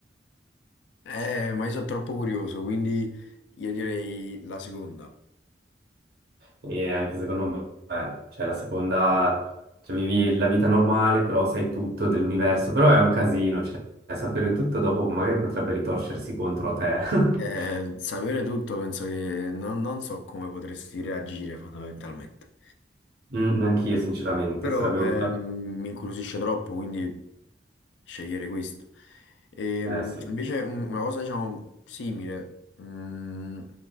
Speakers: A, on the left; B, on the right.
A: Eh, ma io sono troppo curioso, quindi io direi la seconda.
B: E anche secondo me, cioè la seconda, cioè vivi la vita normale, però sai tutto dell'universo, però è un casino, cioè sapere tutto dopo magari potrebbe ritorcersi contro a te.
A: Eh,
B: <laughs>
A: sapere tutto penso che non, non so come potresti reagire fondamentalmente.
B: Mm, Anch'io, sinceramente,
A: Però
B: sarebbe...
A: ehm,
B: un-
A: mi incuriosisce troppo, quindi scegliere questo. Ehm,
B: Eh, sì.
A: invece un- una cosa, diciamo, simile, mm,